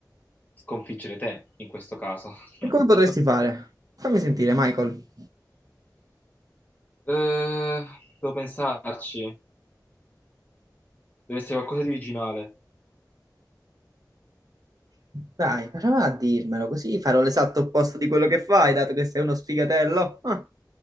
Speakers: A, on the left (about 25°); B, on the right (about 60°).
A: sconfiggere te in questo caso. <laughs>
B: E come potresti fare? Fammi sentire, Michael.
A: Eh, devo pensarci, deve essere qualcosa di originale.
B: Dai, prova a dirmelo, così farò l'esatto opposto di quello che fai, dato che sei uno sfigatello. <laughs>